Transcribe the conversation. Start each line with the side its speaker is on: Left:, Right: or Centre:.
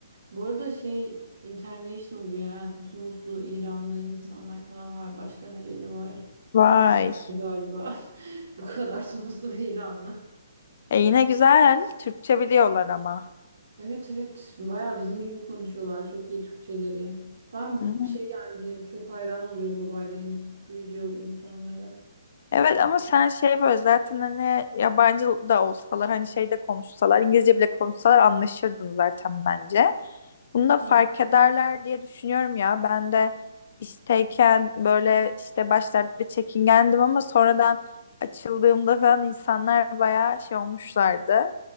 Right: Bu arada şey international bir yani Tunuslu, İranlı insanlar falan var. Başka nereli var?
Left: vay.
Right: Galiba <laughs> bu kadar Tunuslu ve İranlı.
Left: E yine güzel. Türkçe biliyorlar ama.
Right: Evet evet bayağı bizim gibi konuşuyorlar çok iyi Türkçeleri. Ben
Left: Hı.
Right: bir şey yani çok hayran oluyorum bu gayrimenkul insanlara.
Left: Evet ama sen şey böyle zaten hani yabancı da olsalar hani şeyde konuşsalar İngilizce bile konuşsalar anlaşırdın zaten bence. Bunu da fark
Right: Heh.
Left: ederler diye düşünüyorum ya. Ben de işteyken böyle işte başlarda çekingendim ama sonradan açıldığımda falan insanlar bayağı şey olmuşlardı.